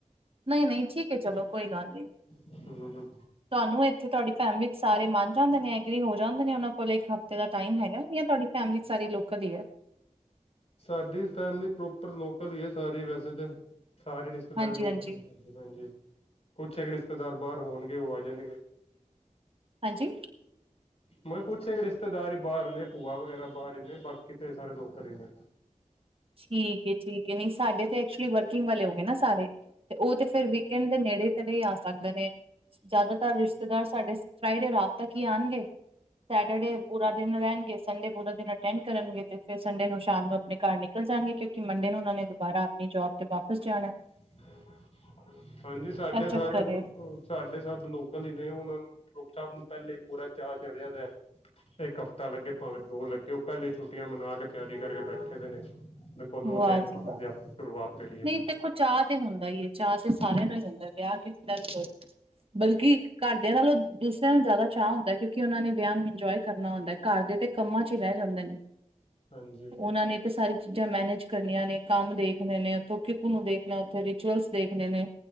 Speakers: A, on the right (about 45°); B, on the left (about 50°).
A: ਨਹੀਂ ਨਹੀਂ ਠੀਕ ਹੈ ਚਲੋ ਕੋਈ ਗੱਲ ਨੀ। ਤੁਹਾਨੂੰ
B: ਕੱਲ੍ਹ
A: ਇੱਥੇ ਤੁਹਾਡੀ ਫੈਮਿਲੀ ਚ ਸਾਰੇ ਮੰਨ ਜਾਂਦੇ ਨੇ ਐਗਰੀ ਹੋ ਜਾਂਦੇ ਨੇ ਉਹਨਾਂ ਕੋਲ ਇੱਕ ਹਫ਼ਤੇ ਦਾ ਟਾਈਮ ਹੈਗਾ ਯਾ ਤੁਹਾਡੀ। ਫੈਮਲੀ ਸਾਰੀ ਲੋਕਲ ਹੀ ਹੈ।
B: ਸਾਡੀ ਫੈਮਲੀ ਪ੍ਰੋਪਰ ਲੋਕਲ ਹੀ ਹੈ ਸਾਰੀ ਵੈਸੇ ਤੇ। ਸਾਰੀ ਰਿਸ਼ਤੇਦਾਰੀ
A: ਹਾਂਜੀ-ਹਾਂਜੀ,
B: ਲੋਕਲ ਹੀ ਸਾਡੀ ਹਾਂਜੀ ਕੁਛ ਹੈਗੇ। ਰਿਸ਼ਤੇਦਾਰ ਬਾਹਰ ਹੋਣਗੇ ਉਹ ਆ ਜਾਣਗੇ।
A: ਹਾਂਜੀ।
B: ਮੈਂ ਕੁੱਛ ਇੱਕ ਰਿਸ਼ਤੇਦਾਰ ਹੀ ਬਾਹਰ ਨੇ ਭੂਆ ਵਗੈਰਾ ਬਾਹਰ ਹੀ ਨੇ ਬਾਕੀ ਤੇ ਸਾਰੇ ਲੋਕ ਹੀ ਨੇ।
A: ਠੀਕ ਏ ਠੀਕ ਏ ਨਹੀਂ ਸਾਡੇ ਤੇ ਐਕਚੁਲੀ ਵਰਕਿੰਗ ਵਾਲੇ ਹੋ ਗਏ ਨਾ ਸਾਰੇ। ਤੇ ਉਹ ਤੇ ਫਿਰ ਵੀਕਐਂਡ ਦੇ ਨੇੜੇ ਤੇੜੇ ਹੀ ਆ ਸਕਦੇ ਨੇ ਜ਼ਿਆਦਾਤਰ ਰਿਸ਼ਤੇਦਾਰ ਸਾਡੇ ਫਰਾਈਡੇ ਰਾਤ ਤੱਕ ਹੀ ਆਉਣਗੇ। ਸੈਟਰਡੇ ਪੂਰਾ ਦਿਨ ਰਹਿਣਗੇ ਸੰਡੇ ਪੂਰਾ ਦਿਨ ਅਟੈਂਡ ਕਰਨਗੇ ਤੇ ਫਿਰ ਸੰਡੇ ਨੂੰ ਸ਼ਾਮ ਨੂੰ ਆਪਣੇ ਘਰ ਨ। ਨਿਕਲ ਜਾਣਗੇ ਕਿਉਂਕਿ ਮੰਡੇ ਨੂੰ ਉਹਨਾਂ ਨੇ ਦੁਬਾਰਾ ਆਪਣੀ ਜੋਬ ਤੇ ਵਾਪਿਸ ਜਾਣਾ।
B: <inaudible> ਹਾਂਜੀ ਸਾਡੇ
A: ਇਹ ਚੱਕਰ
B: ਸਾਰੇ ਲੋ
A: ਏ,
B: ਸਾਡੇ ਸਭ ਲੋਕਲ ਹੀ ਨੇ ਉਹਨਾਂ ਨੂੰ ਰੋ। ਪਹਿਲੇ ਪੂਰਾ ਚਾਅ ਚੜਿਆ ਦਾ ਇੱਕ ਹਫ਼ਤਾ ਲੱਗੇ ਭਾਵੇਂ ਦੋ ਲੱਗੇ। ਪਹਿਲੇ ਛੁੱਟੀਆਂ ਮਨਾ ਕੇ ਤਿਆਰੀ ਕਰਕੇ ਬੈਠੇ ਦੇ ਨੇ ਦੇਖੋ ਓ
A: ਵਾਹ
B: ਦਿਨ
A: ਜੀ
B: ਆਵੇ
A: ਵਾਹ।
B: ਆਪਾਂ ਸ਼ੁਰੂਆਤ। ਕਰੀਏ
A: ਨਹੀਂ ਦੇਖੋ ਚਾਅ ਤੇ ਹੁੰਦਾ ਹੀ ਹੈ ਚਾਅ ਤੇ ਸਾਰਿਆਂ ਦਾ ਹੀ ਹੁੰਦਾ ਵਿਆਹ ਕਿਸੇ ਦਾ ਵੀ ਹੋਏ। ਬਲਕਿ ਘਰਦਿਆਂ ਨਾਲੋਂ ਦੂਸਰਿਆਂ ਨੂੰ ਜ਼ਿਆਦਾ ਚਾਅ ਹੁੰਦਾ ਹੈ ਕਿਉਂਕਿ ਉਹਨਾਂ ਨੇ ਵਿਆਹ ਨੂੰ ਇੰਜੋਏ ਕਰਨਾ ਹੁੰਦਾ ਹੈ ਘਰ ਦੇ। ਕੰਮਾਂ ਚ ਹੀ ਰਹਿ ਜਾਂਦੇ ਨੇ।
B: ਹਾਂਜੀ।
A: ਉਹਨਾਂ ਨੇ ਸਾਰੀ ਚੀਜ਼ਾਂ ਮੈਨੇਜ ਕਰਨੀਆਂ ਨੇ ਕੰਮ ਦੇਖਨੇ ਨੇ। ਉਥੋਂ ਕਿਕੂ ਨੂੰ ਦੇਖਣਾ ਉੱਥੇ ਰਿਚੁਅਲਸ ਦੇਖਣੇ ਨੇ